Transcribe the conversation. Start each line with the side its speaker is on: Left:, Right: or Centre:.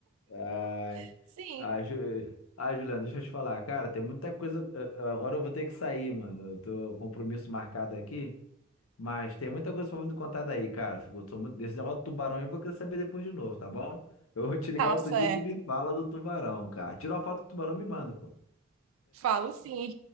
Left: Ai,
Right: <laughs> sim.
Left: ai, Ju... ai, Juliano, deixa eu te falar. Cara, tem muita coisa. eh, eh, Agora eu vou ter que sair, mano. Eu tô com um compromisso marcado aqui. Mas tem muita coisa pra me contar daí, cara. Fico- Sou muito... Desse negócio do tubarão eu vou querer saber depois de novo, tá bom? Eu vou te ligar
Right: Tá
Left: outro
Right: certo.
Left: dia e tu me fala do tubarão, cara. Tira uma foto que o tubarão me manda, pô.
Right: Falo sim.